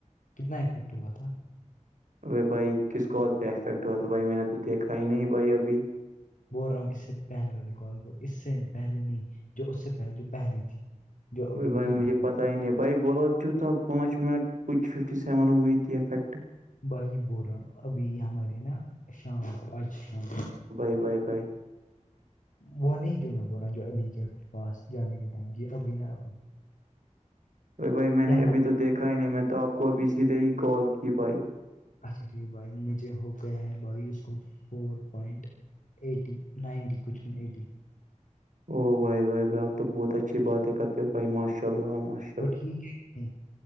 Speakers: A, on the left; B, on the right.
A: کتنا افیکٹ ہوا تھا
B: ار بھائی کس کال پہ افیکٹ ہوا تو بھائی میں نے تو دیکھا ہی نہیں بھائی ابھی
A: بول رہا ہوں اس سے پہلے والے کال کو اس سے پہلے نہیں جو اس سےہلے جو پہلے تھی جو ابھی
B: ا بھائی
A: کی پہلے.
B: مجھے پتا ہی نہیں بھائی بولو چ تھا پانچ منٹ کچھ ففٹی سیون ہوئی تھی افیکٹ
A: بھائی یہ بول رہا ہوں ابھی یہ ہماری نا شام کو آج شام
B: بائے بائے
A: وہ نہیں جو میں بول رہا ہوں جو علی کے پاس جانے کے ٹائم ج ابھی نا ابھی
B: ا بھائی میں
A: یہ
B: نے
A: ہمارا
B: ابھی تو دیکھا ہی نہیں میں تو آپ کو ابھی سیدھے ہی کال کی بھائی
A: اچھا ٹھیک ہے بھائی مجھے ہو گیا ہے بھائی اس کو فور پوائنٹ ایٹی نائنٹی کچھ بھی ایٹی
B: او بھائی بائے بائی آپ تو بہت اچھی بات کرتے ہو بھائی ماشا اللہش
A: وہ ٹھیک ہے نہیں